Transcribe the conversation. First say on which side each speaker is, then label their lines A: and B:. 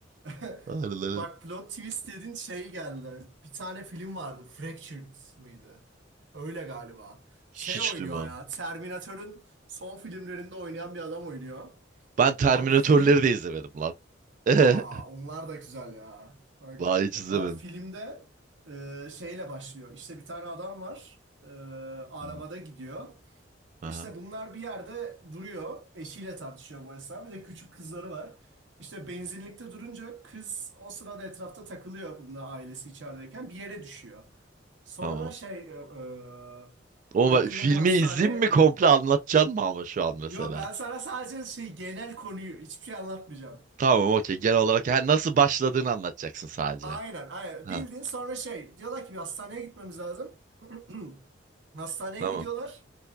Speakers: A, on the right; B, on the right.
A: <laughs>
B: Aynen aynen.
A: Bak plot twist dedin şey geldi. Bir tane film vardı. Fractured mıydı? Öyle galiba.
B: Hiç
A: Şey oynuyor
B: duymam.
A: ya. Terminator'ın son filmlerinde oynayan bir adam oynuyor.
B: Ben Terminatörleri
A: Abi film.
B: de izlemedim lan. <laughs>
A: Aa onlar da güzel ya. Bak.
B: Vay hiç izlemedim.
A: Abi filmde e, şeyle başlıyor. İşte bir tane adam var. E, arabada
B: Hı,
A: gidiyor.
B: Aha,
A: İşte bunlar bir yerde duruyor. Eşiyle tartışıyor bu esnada. Bir de küçük kızları var. İşte benzinlikte durunca kız o sırada etrafta takılıyor bununla ailesi içerideyken bir yere düşüyor. Sonra
B: tamam.
A: şey e, e,
B: O
A: yakında
B: va- filmi
A: bir hastane
B: izleyeyim mi komple anlatacaksın mı ama şu an mesela?
A: yok ben sana sadece şey genel konuyu hiçbir şey anlatmayacağım.
B: Tamam okey genel olarak ha, nasıl başladığını anlatacaksın sadece.
A: Aynen aynen
B: Ha
A: bildin sonra şey diyorlar ki bir hastaneye gitmemiz lazım. <clears throat> Hastaneye
B: tamam.
A: gidiyorlar.